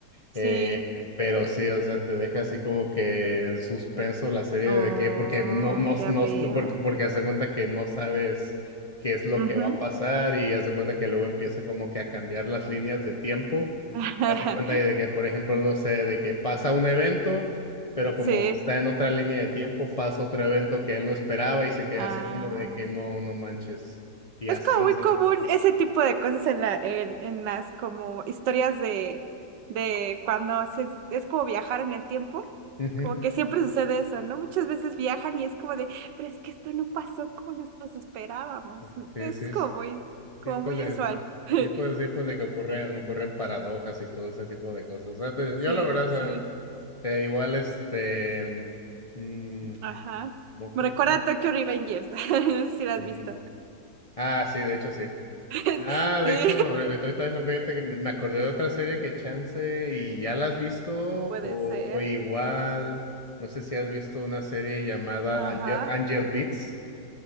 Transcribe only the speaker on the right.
Sí.
Oh,
ya
veo.
Ujú.
<laughs>
Sí.
Ah.
Es
como
muy
común ese tipo de cosas en la, en, en las como historias de, de cuando se, es como viajar en el tiempo.
Como que siempre sucede eso, ¿no? Muchas veces viajan y es como de, pero es que esto no pasó como nosotros esperábamos.
Eso
es como
muy, como
muy
usual. <laughs>
Sí,
sí.
Ajá.
Me
recuerda
a Tokyo Revengers. <laughs> No sé si lo has
visto.
<laughs>
Sí,
puede ser.
Ajá.